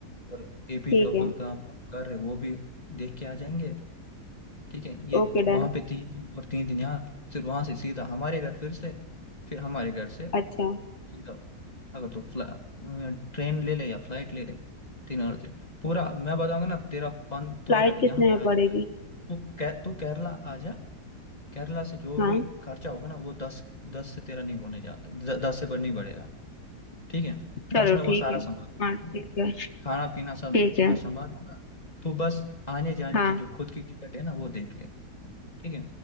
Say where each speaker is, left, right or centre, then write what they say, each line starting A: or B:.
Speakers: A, on the left; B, on the left.
A: और एपीजे
B: ठीक
A: अब्दुल
B: है
A: कलाम का वो घर है वो भी देख के आ जाएंगे ठीक है ये
B: Okay
A: वहां
B: done
A: पे तीन दिन और तीन दिन यहाँ फिर वहां से सीधा हमारे घर फिर से फिर हमारे घर से
B: अच्छा
A: सीधा अगर तो फ्ला ट्रेन ले ले या फ्लाइट ले ले तीन और से पूरा मैं बताऊंगा ना तेरा पन तू
B: फ्लाइट
A: अगर यहाँ
B: कितने
A: पे
B: में
A: आ
B: पड़ेगी
A: जा पहले तो कै, तू केरला आ जा केरला से जो
B: हाँ
A: भी खर्चा होगा ना वो दस दस से तेरा नहीं होने जा द, दस से बढ़ नहीं बढ़ेगा ठीक है
B: चलो
A: दस में वो
B: ठीक
A: सारा
B: है
A: संभाल ठीक
B: हाँ ठीक
A: है
B: है
A: खाना पीना सब
B: ठीक है
A: मैं संभाल लूंगा तू बस आने जाने
B: हाँ
A: की जो खुद की टिकट है ना वो देख ले ठीक है